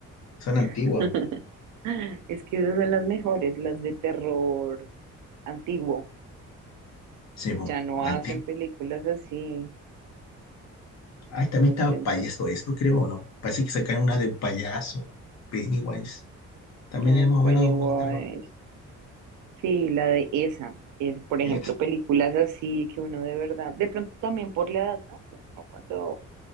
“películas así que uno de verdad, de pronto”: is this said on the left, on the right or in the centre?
Right